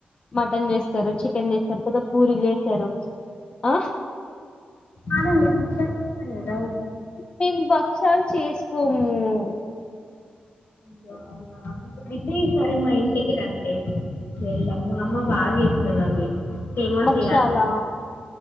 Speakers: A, on the left; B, on the left.
A: మటన్ చేస్తారు చికెన్ చేస్తారు తార్త పూరీలు చేస్తారు. అ
B: ఆగండి భక్షాలేస్తారు గద
A: మేము భక్షాలు చేసుకోము ఓ
B: <unintelligible> అయితే ఈ సరే మా ఇంటికి రండి వీళ్ళ అమ్మమ్మ బాగచేస్తది అవి ఫేమస్
A: భక్షాలా
B: ఇగ